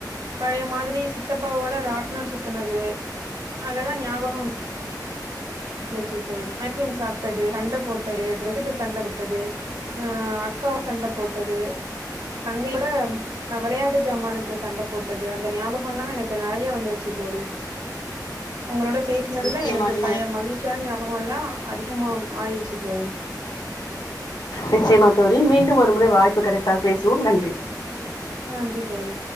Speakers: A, on the right; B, on the left.
A: பழைய மாதிரி சித்தப்பாவோட ராட்னோ சுத்துனது அதெல்லா ஞாபகோ வந் திர்ச்சு தோழி ஐஸ்கிரீம் சாப்ட்டது சண்ட போட்டது ட்ரெஸுக்கு சண்ட போட்டது நா அக்காவோ சண்ட போட்டது தங்கை ஓட ஆ வெளயாட்டு ஜமானுக்கு சண்ட போட்டது அந்த ஞாபகோ எல்லா எனக்கு நறையா வந்துடுச்சு தோழி. உங்களோட பேசுனதுல
B: நிச்சயமா
A: எனக்கு
B: நீங்க
A: பழைய மகிழ்ச்சியான ஞாபகோ எல்லா அதிகமா வந் ஆயிடுச்சு தோழி.
B: நிச்செய்மா தோழி. மீண்டு ஒரு முறை வாய்ப்பு கெடைத்தால் பேசுவோ. நன்றி.
A: நன்றி தோழி.